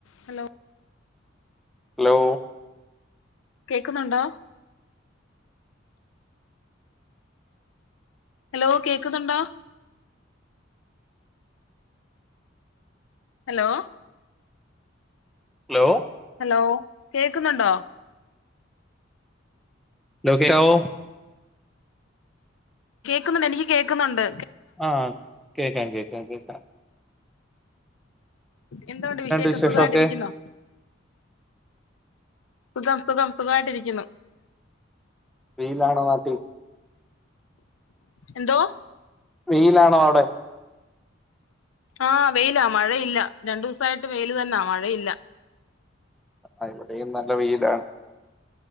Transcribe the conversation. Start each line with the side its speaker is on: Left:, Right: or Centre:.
Left: Hello
Centre: ലോ
Left: കേക്ക്ന്നൊണ്ടോ hello കേക്ക്ന്നൊണ്ടോ ഹലോ
Centre: ലോ
Left: ഹലോ കേക്ക്ന്നൊണ്ടോ
Centre: ലോ കെക്കവോ
Left: കേക്കുന്നൊണ്ട് എനിക്ക് കേക്ക്ന്നൊണ്ട്
Centre: അഹ് കെക്ക കേക്ക കേക്ക
Left: എന്തോണ്ട് വിശേഷം
Centre: വിശേഷൊക്കെ
Left: സുഖട്ടിരിക്കുന്നോ സുഖം സുഖം സുഖയിട്ടിരിക്കുന്നു
Centre: വീട്ലാണോ വാപ്പി
Left: എന്തോ
Centre: വീലാണോ അവിടെ
Left: ആ വെയില മഴയില്ല രണ്ടുസായിട്ട് വെയില് തന്ന മഴയില്ല
Centre: ആ എവിടേം നല്ല വെയിലാണ്